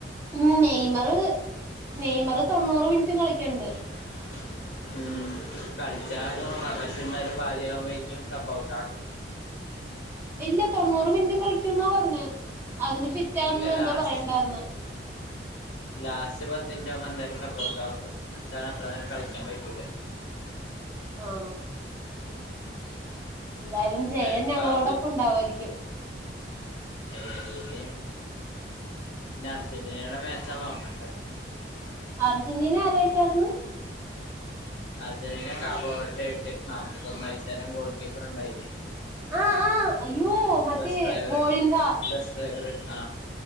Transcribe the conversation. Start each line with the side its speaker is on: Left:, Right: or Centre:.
Right: ഉം നെയ്മറ് നെയ്മറ് തൊണ്ണൂറ് മിനിറ്റ് കളിക്കണ്ട്-
Left: <inaudible> ഉം കളിച്ചാ അവനു കൊള്ളാംപക്ഷേ എന്തായാലും പാതിയാവുമ്പേഴത്തേക്കുംസബ് ഔട്ട് ആക്കും.
Right: ഇല്ല തൊണ്ണൂറ് മിനിറ്റും കളിക്കും എന്നാ പറഞ്ഞേ. അതിന് ഫിറ്റാന്ന്
Left: ഇല്ല
Right: എന്താ
Left: ലാസ്റ്റ്
Right: പറയണ ഉണ്ടായിണ്ടായിരുന്നു.
Left: ലാസ്റ്റ് പത്ത് മിനിറ്റാവുമ്പോ എന്തായാലും സബ് ഔട്ടാക്കും മച്ചാന് അത്ര നേരം കളിക്കാൻ പറ്റൂല.
Right: ആണോ?
Left: <inaudible>
Right: എന്തായാലും ജയൻ
Left: ചെലപ്പാക്കും
Right: ഞങ്ങളോടൊപ്പം ഉണ്ടാവുവായിരിക്കും.
Left: ഏഹ് ഇനി ഇഞ്ഞർജന്റിനയുടെ മാച്ചാ നോക്കണ്ടേ.
Right: അർജന്റീന ആരായിട്ടായിരുന്നു?
Left: അർജൻ്റീന <unintelligible> നാപ്പത്തൊന്ന് വയസുകാരൻ ഗോൾ കീപ്പർ ഉണ്ടായില്ലേ?
Right: ആഹ് ആഹ് അയ്യോ മറ്റേ
Left: ബെസ് ഡ്രൈവർ
Right: വോൾഗ
Left: ബെസ് ഡ്രൈവർ ആഹ്